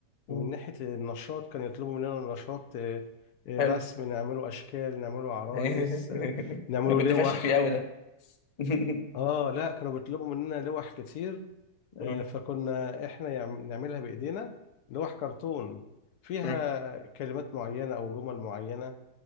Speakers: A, on the left; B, on the left.
A: ومن
B: م-
A: ناحيه النشاط كان يطلبوا مننا نشاط آه، آه،
B: حلو
A: رسم نعمله اشكال نعمله عرايس
B: <laughs>
A: آه، نعمله
B: انا كنت
A: لوح
B: فاشل فيه قوي ده <laughs>
A: اه لا كانوا بيطلبوا مننا لوح كتير
B: م-
A: آه،
B: م-
A: فكنا احنا يعم- نعملها بايدينا لوح كرتون فيها
B: م-
A: كلمات معينة او جمل معينة